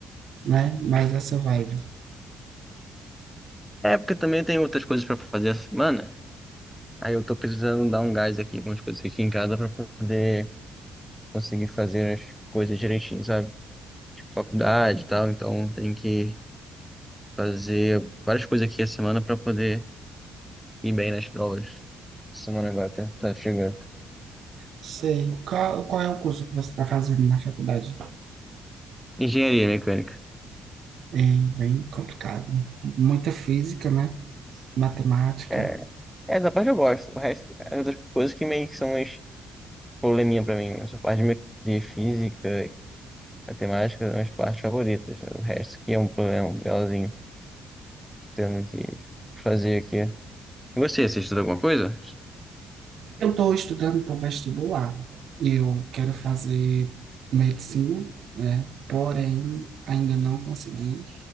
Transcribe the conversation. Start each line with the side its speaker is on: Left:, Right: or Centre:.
Right: né? Mais essa vibe.
Centre: É, porque também tem outras coisas pra fazer essa semana. Aí eu tô precisando dar um gás aqui, algumas coisas aqui em casa pra poder conseguir fazer as coisas direitinho, sabe? Faculdade e tal. Então tem que fazer várias coisas aqui a semana pra poder ir bem nas provas. Semana agora tá, tá chegando.
Right: Sei. Qual, qual é o curso que você está fazendo na faculdade?
Centre: Engenharia mecânica.
Right: É bem complicado. Muita física, né? Matemática.
Centre: É, essa parte eu gosto. O resto, as outras coisas que meio que são mais probleminha pra mim. Essa parte de me- de física e matemática são as partes favoritas. O resto que é um problema legalzinho, tendo que fazer aqui. E você, você estuda alguma coisa?
Right: Eu estou estudando para o vestibular. Eu quero fazer medicina, né? Porém, ainda não consegui.